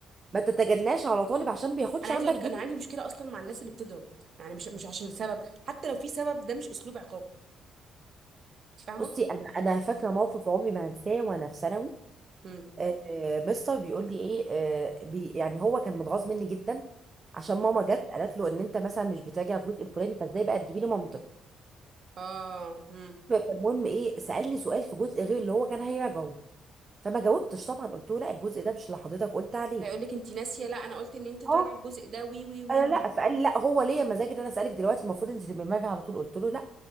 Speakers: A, on the right; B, on the right.
A: ما تتجناش على طالب عشان بياخدش
B: انا عايزه
A: عندك
B: اقول
A: دور
B: لك انا عندي مشكله اصلا مع الناس اللي بتضرب يعني مش مش عشان سبب حتى لو في سبب ده مش اسلوب عقاب انت فاهمه
A: بصي انا انا فاكره موقف عمري ما هنساه وانا في ثانوي
B: مم.
A: آه، آه، مستر بيقول لي ايه آه، بي يعني هو كان متغاظ مني جدا عشان
B: مم.
A: ماما جت قالت له ان انت مثلا مش بتراجع الجزء الفلاني فازاي بقى تجيبي لي منطق
B: اه مم.
A: فالمهم ايه سالني سؤال في جزء غير اللي هو كان هيراجعه فما جاوبتش طبعا قلت له لا الجزء ده مش اللي حضرتك قلت عليه
B: هيقول لك انت ناسيه لا انا قلت ان انت تراجع
A: اه
B: الجزء ده وي وي وي
A: قال
B: وي
A: لا فقال لي لا هو ليا مزاج ان انا اسالك دلوقتي المفروض انت تبقي راجعه على طول قلت له لا